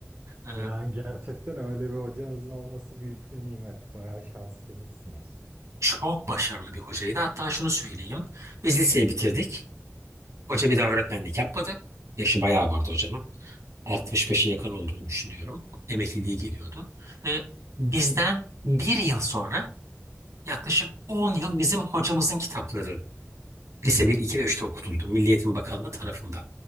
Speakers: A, on the right; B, on the right.
A: Ee,
B: Yani gerçekten öyle bir hocanızın olması büyük bir nimet. Bayağı şanslıymışsınız.
A: Çok başarılı bir hocaydı. Hatta şunu söyleyeyim. Biz liseyi bitirdik. Hoca bir daha öğretmenlik yapmadı. Yaşı bayağı vardı hocanın. 65'e yakın olduğunu düşünüyorum. Emekliliği geliyordu. Ve bizden bir yıl sonra yaklaşık 10 yıl bizim hocamızın kitapları lise bir, iki, ve 3'te okutuldu. Milli Eğitim Bakanlığı tarafından.